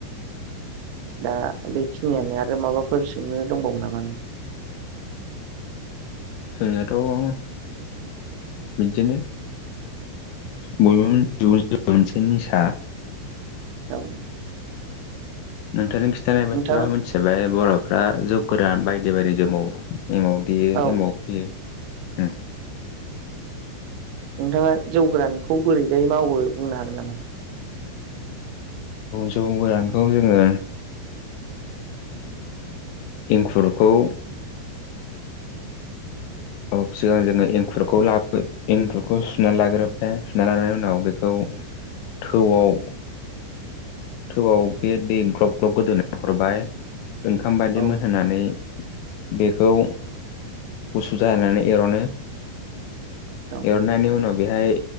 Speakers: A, on the right; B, on the left.
A: दा बेखिनियानो आरो माबाफोर सोंनो दंबावो नामा
B: सोंनायाथ' बिदिनो बयबो मोनसे निसा
A: औ
B: नोंथांनि खिन्थानाय बायदिबा
A: नोंथां
B: मोनसे बर'फ्रा जौ गोरान बायदि बायदि जोमावो एमाव देयो
A: औ
B: एमाव देयो
A: नोंथाङा जौगोरानखौ बोरैजाय मावो बुंनो हागोन नामा
B: जौ गोरानखौ जोङो एंखुरखौ औ सिगां जोङो एंखुरखौ लाबो एंखलखौ सुना लाग्रोबाय सुना लानाय उनाव बेखौ थौआव थौआव बे दै ग्लब ग्लब गोदोनानै हरबाय ओंखाम बायदि
A: औ
B: मोनहोनानै बेखौ गुसु जैनानै एर'नो
A: औ
B: एरनायनि उनाव बेहाय